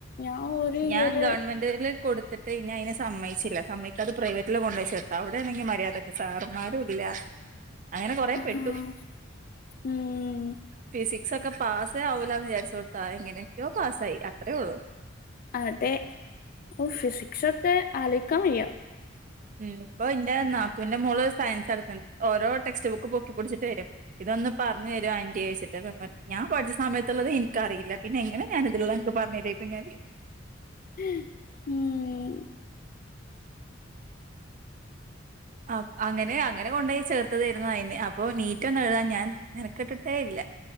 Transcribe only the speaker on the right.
ഞാൻ
ഗവൺമെന്റില് കൊടുത്തിട്ട് ഇനി അതിനെ സമ്മയിച്ചില്ല സമ്മയിക്കാതെ പ്രൈവറ്റിൽ കൊണ്ടു പോയി ചേർത്ത അവിടെയാണെങ്കിൽ മര്യാദ സാറമ്മാരൂല്ല അങ്ങനെ കൊറെേ
പെട്ടു
ഫിസിക്സ് ഒക്കെ പാസേ ആവൂലാന്ന് വിചാരിച്ചോ എങ്ങനെയൊക്കെയോ പാസ്സായി അത്രേ ഉള്ളു
<unintelligible> മ് ഇപ്പൊ ഇന്റെ നാത്തുവിന്റെ മോള് സയൻസ് അടുത്തത് ഓരോ ടെക്സ്റ്റ് ബുക്ക് പൊക്കി പിടിച്ചിട്ട് വരും ഇതൊന്ന് പറഞ്ഞരോ ആന്റിയെച്ചിട്ട്ന്നക്ക പറയും ഞാൻ പഠിച്ച സമയത്തുള്ളത് എനിക്കറിയില്ല പിന്നെ എങ്ങനെ ഞാനിതിലുള്ളത് അനക്ക് പറഞ്ഞു തര ചോയിക്കും ഞാന്
ആഹ് അങ്ങനെ അങ്ങനെ കൊണ്ടോയി ചേർത്തതായിരുന്നു അയിനെ അപ്പൊ നീറ്റൊന്നും എഴതാൻ ഞാൻ മെനക്കെട്ടിട്ടേ ഇല്ല